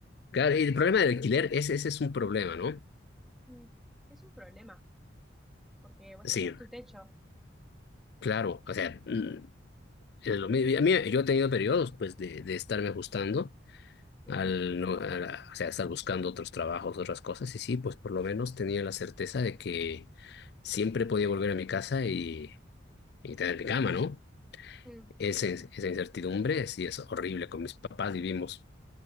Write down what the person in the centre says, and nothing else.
Mm, Es un problema, porque bueno,
es tu techo.
Mm,
mm,